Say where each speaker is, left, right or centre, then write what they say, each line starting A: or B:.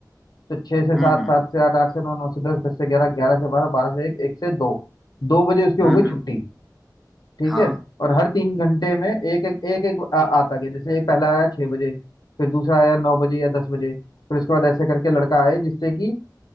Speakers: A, on the left (about 65°); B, in the centre.
A: तो छह से सात
B: हम्म हम्म
A: सात से आठ आठ से नौ नौ से दस दस से ग्यारह ग्यारह से बारह बारह से एक एक से दो दो बजे उसकी हो
B: हम्म,
A: गई
B: हम्म,
A: छुट्टी ठीक
B: हाँ
A: है और हर तीन घंटे में एक एक एक एक आ, आता गया जैसे एक पहला आया छह बजे फिर दूसरा आया नौ बजे या दस बजे फिर उसके बाद ऐसे करके लड़का आए जिससे कि